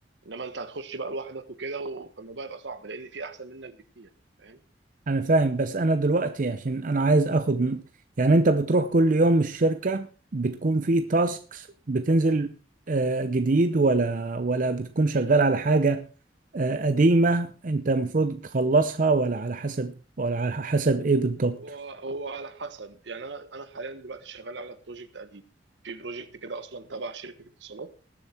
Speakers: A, on the right; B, on the right.
A: انما انت هتخش بقى لوحدك وكده و- فالموضوع يبقى صعب لان في احسن منك بكتير فاهم
B: انا فاهم بس انا دلوقتي عشان انا عايز اخد من- يعني انت بتروح كل يوم الشركة بتكون في تاسكس بتنزل آه، جديد ولا ولا بتكون شغال على حاجة آه، قديمة انت المفروض تخلصها ولا على حسب ولا على حسب ايه بالضبط
A: هو هو على حسب يعني انا انا حاليا دلوقتي شغال على بروجكت قديم في بروجكت كده اصلا تبع شركه اتصالات